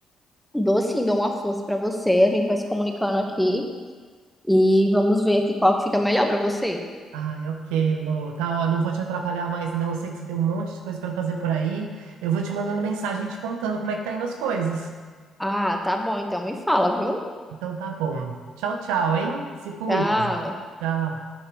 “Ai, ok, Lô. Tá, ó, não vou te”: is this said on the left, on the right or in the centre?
Right